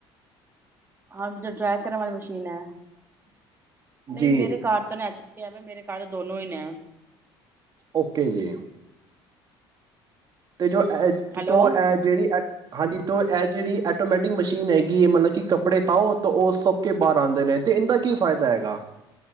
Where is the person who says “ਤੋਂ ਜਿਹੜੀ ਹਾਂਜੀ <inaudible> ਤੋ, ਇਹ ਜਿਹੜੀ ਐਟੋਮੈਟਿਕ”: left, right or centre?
Right